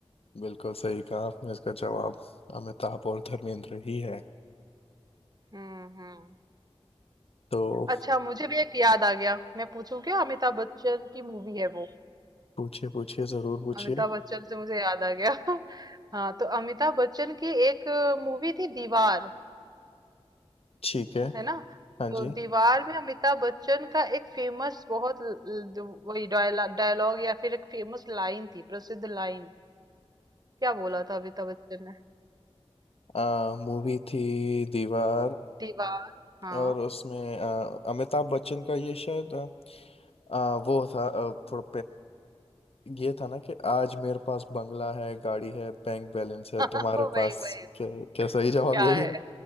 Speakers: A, on the left (about 65°); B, on the right (about 40°).
A: बिल्कुल सही कहा आपने इसका जवाब अमिताभ और धर्मेंद्र ही है
B: हम्म हम्म
A: तो
B: अच्छा मुझे भी एक याद आ गया मैं पूछूं क्या अमिताभ बच्चन की मूवी है वो
A: पूछिए पूछिए जरूर पूछिए
B: अमिताभ बच्चन से मुझे याद आ गया <laughs> हाँ तो अमिताभ बच्चन की एक मूवी थी दीवार
A: ठीक है
B: है ना
A: हाँ
B: तो
A: जी
B: दीवार में अमिताभ बच्चन का एक फेमस बहुत ल- ल- जो वही डायलॉग या फिर एक फेमस लाइन थी प्रसिद्ध लाइन क्या बोला था अमिताभ बच्चन ने
A: अच्छा मूवी थी दीवार
B: दीवार हाँ
A: और उसमें आ, अमिताभ बच्चन का ये शायद आ, आ, वो था आ, थोड़ा ये था ना कि आज मेरे पास बंगला है गाड़ी है बैंक बैलेंस है
B: <laughs>
A: तुम्हारे
B: वही
A: पास
B: वही वही,
A: क्या, क्या सही जवाब
B: क्या
A: यही
B: है
A: है